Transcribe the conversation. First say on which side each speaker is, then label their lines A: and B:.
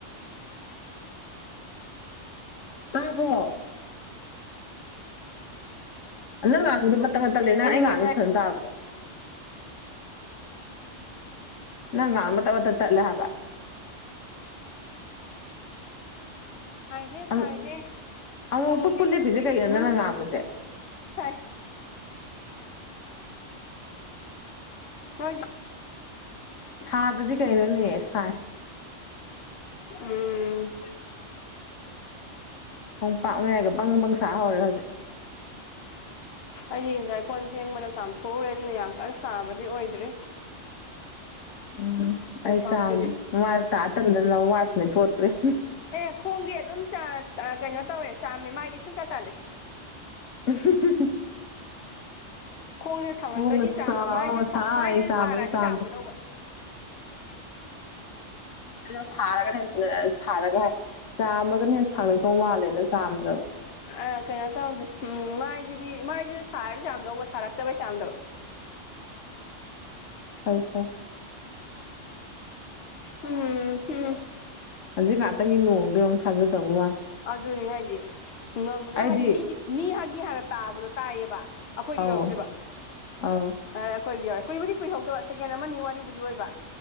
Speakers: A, on the left; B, on the left.
A: ꯇꯥꯕ꯭ꯔꯣ ꯅꯪ ꯉꯥꯡꯕꯗꯣ ꯃꯇꯠ ꯃꯇꯠ ꯇꯠꯂꯦ ꯅꯪ
B: ꯑꯩꯗꯤ
A: ꯑꯩ ꯉꯥꯡꯁ‌ꯦ
B: ꯀꯩꯅꯣ ꯍꯥꯏ
A: ꯐꯖꯅ ꯇꯥꯕ꯭ꯔꯥ ꯅꯪ ꯉꯥꯡꯕ ꯃꯇꯠ ꯃꯇꯠ ꯇꯠꯂꯦ ꯍꯥꯏꯕ
B: ꯁꯥꯏꯍꯦ
A: ꯑꯝ
B: ꯁꯥꯏꯍꯦ
A: ꯑꯃꯨꯛ
B: ꯅꯣꯡꯗꯤ
A: ꯄꯨꯠ ꯄꯨꯠ ꯂꯦꯞꯄꯤꯁꯦ
B: ꯈꯔ ꯆꯨꯏ
A: ꯀꯩꯒꯤꯅꯣ
B: ꯑꯗꯨꯝ
A: ꯅꯪꯅ ꯉꯥꯡꯕꯁꯦ
B: ꯁꯥꯏ ꯅꯣꯏꯗꯤ
A: ꯁꯥꯗꯗꯤ ꯀꯩꯅꯣꯅꯦ ꯁꯥꯏ
B: ꯎꯝ
A: ꯄꯥꯛ ꯃꯌꯥꯏꯗ ꯕꯪꯕꯪꯁꯥ ꯍꯧꯔꯦ ꯍꯧꯖꯤꯛ
B: ꯑꯩꯗꯤ ꯉꯁꯥꯏ ꯀꯣꯜ ꯐꯦꯡꯕꯅ ꯆꯥꯝꯊꯣꯛꯎꯔꯦ ꯑꯗꯨꯅ ꯌꯥꯝ ꯀꯟꯅ ꯁꯥꯕꯗꯤ ꯑꯣꯏꯗ꯭ꯔꯤ
A: ꯎꯝ
B: ꯈꯣꯡꯄꯥꯛꯁꯤꯗꯤ
A: ꯑꯩ ꯆꯥꯝꯗ꯭ꯔꯤ ꯃꯥꯏ ꯇꯥ ꯇꯟꯗꯅ ꯋꯥꯏꯚꯁ ꯂꯩꯊꯣꯛꯑ ꯇꯣꯛꯑꯦ
B: ꯑꯦ ꯈꯣꯡꯗꯤ ꯑꯗꯨꯝ ꯀꯩꯅꯣ ꯇꯧꯋꯦ ꯆꯥꯝꯃꯦ ꯃꯥꯏꯗꯤ ꯁꯨꯡꯇꯥ ꯇꯥꯗꯦ
A: <unintelligible>
B: ꯈꯣꯡꯁꯤꯅ ꯁꯥꯃꯟꯕꯒꯤ
A: ꯈꯣꯡꯅ
B: ꯆꯥꯝꯕ
A: ꯆꯥꯝ
B: ꯃꯥꯏꯁꯨ
A: ꯉꯁꯥꯏ
B: ꯃꯥꯏꯁꯨ
A: ꯆꯥꯝꯕꯗ
B: ꯁꯥꯔꯗꯤ
A: ꯆꯥꯝꯗ꯭ꯔꯦ
B: ꯆꯥꯝꯒꯗꯧꯕ
A: ꯑꯗ ꯁꯥꯔꯒꯅ ꯍ ꯁꯥꯔꯒ ꯍꯥꯏ ꯆꯥꯝꯃꯒꯅ ꯍꯦꯟꯅ ꯁꯥꯒꯠꯂꯛꯇꯧ ꯃꯥꯜꯂꯦꯅ ꯆꯥꯝꯗ꯭ꯔꯕ
B: ꯑ ꯀꯩꯅꯣ ꯇꯧꯗꯦ ꯎꯝ ꯃꯥꯏꯁꯤꯗꯤ ꯃꯥꯏꯁꯤꯗ ꯁꯥꯔꯗꯤ ꯆꯥꯝꯗꯧꯕ ꯁꯥꯔꯛꯇꯕꯩ ꯆꯥꯝꯗꯕ
A: ꯐꯩ ꯐꯩ
B: ꯎꯝ ꯎꯝ
A: ꯍꯧꯖꯤꯛ ꯉꯍꯥꯛꯇꯪꯒꯤ ꯅꯣꯡꯗꯣ ꯌꯦꯡꯉꯨ ꯊꯥꯖꯗꯕ ꯋꯥꯅ‌ꯦ
B: ꯑꯗꯨꯅꯤ ꯍꯥꯏꯖꯤ ꯉꯪꯉ
A: ꯑꯩꯗꯤ
B: ꯍꯥꯏꯗꯤ ꯃꯤꯒꯤ ꯃꯤ ꯍꯥꯏꯒꯤ ꯍꯥꯟꯅ ꯇꯥꯕꯗꯣ ꯇꯥꯏꯌꯦꯕ ꯑꯩꯈꯣꯏꯗꯤ
A: ꯑꯧ
B: ꯌꯧꯔꯛꯇ꯭ꯔꯤꯕ
A: ꯑꯧ
B: ꯑ ꯑꯩꯈꯣꯏꯗꯤ ꯌꯥꯎꯔꯦ ꯀꯨꯏꯕꯨꯗꯤ ꯀꯨꯏꯍꯧꯗꯧꯕ ꯁꯦꯀꯦꯟ ꯑꯃꯅꯤꯅꯤ ꯋꯥꯔꯤꯔꯤꯕꯨꯗꯤ ꯑꯣꯏꯕ